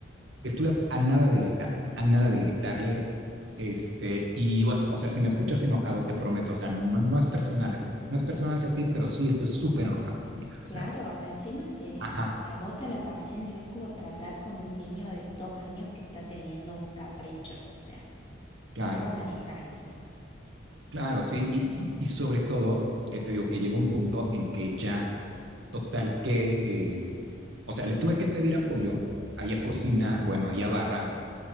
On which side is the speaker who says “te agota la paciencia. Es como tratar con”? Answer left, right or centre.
Left